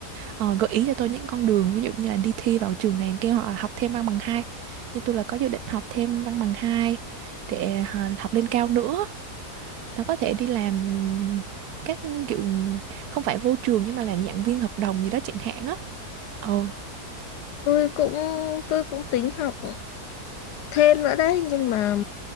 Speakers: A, on the right; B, on the left.
A: ờ, gợi ý cho tôi những con đường ví dụ như là đi thi vào trường này kia hoặc là học thêm văn bằng hai nhưng tôi là có dự định học thêm văn bằng hai để ờ, học lên cao nữa nó có thể đi làm các kiểu không phải vô trường nhưng mà làm giảng viên hợp đồng gì đó chẳng hạn á. Ờ.
B: Tôi cũng tôi cũng tính học thêm nữa đấy nhưng mà